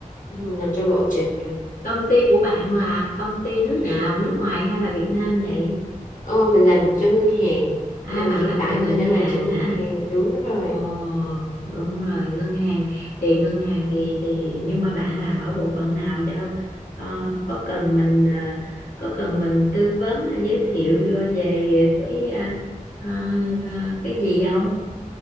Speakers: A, on the left; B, on the left.
A: Ừ, nằm trong lộ trình rồi
B: công ty của bạn là công ty nước nào nước ngoài hay là Việt Nam vậy
A: ờ, mình làm cho ngân hàng
B: à
A: Ờ,
B: bạn
A: hiện
B: làm
A: tại
B: cho ngân
A: thì mình đang
B: hàng
A: làm cho ngân
B: hả
A: hàng đúng rồi
B: Ồ, đúng rồi ngân hàng thì ngân hàng thì thì nhưng mà bạn làm ở bộ phận nào đâu Ờ, có cần mình ờ, có cần mình tư vấn hay giới thiệu về cái ờ, ờ, cái gì không